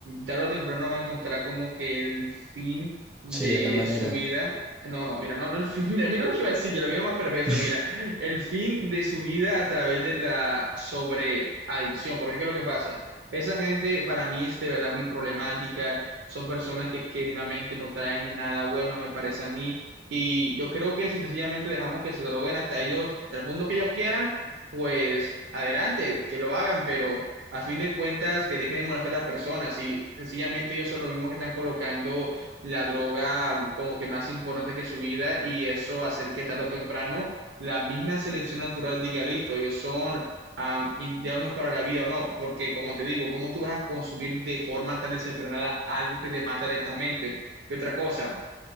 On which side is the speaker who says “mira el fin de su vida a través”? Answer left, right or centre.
Right